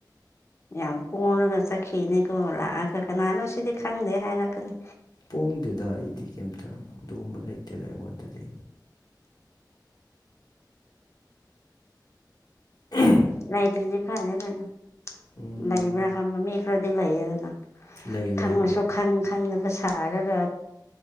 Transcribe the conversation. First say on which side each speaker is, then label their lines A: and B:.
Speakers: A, on the left; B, on the left.
A: <unintelligible> ꯌꯥꯝ ꯄꯣꯔꯒ ꯆꯠꯈꯤꯅꯦꯀꯣ ꯂꯥꯛꯑꯒ ꯀꯅꯥꯅꯣ ꯁꯤꯗꯤ ꯈꯪꯗꯦ ꯍꯥꯏꯔꯛꯀꯅꯤ
B: ꯄꯣꯡꯗꯦꯗ ꯑꯩꯗꯤ ꯀꯩꯝꯇ ꯑꯗꯨꯒꯨꯝꯕ ꯂꯩꯇꯦꯗ ꯑꯩꯉꯣꯟꯗꯗꯤ ꯎꯝ
A: ꯂꯥꯏꯇꯔꯤꯗꯤ ꯐꯥꯏꯗꯦ ꯇꯅ
B: ꯎꯝ
A: ꯂꯏꯕ꯭ꯔꯥ ꯈꯥꯟ ꯃꯤ ꯈꯔꯗꯤ ꯂꯩꯏꯔ
B: ꯂꯩ
A: ꯈꯪꯉꯁꯨ
B: ꯂꯩ ꯂꯩ
A: ꯈꯪ ꯈꯪꯗꯕ ꯁꯥꯔꯒ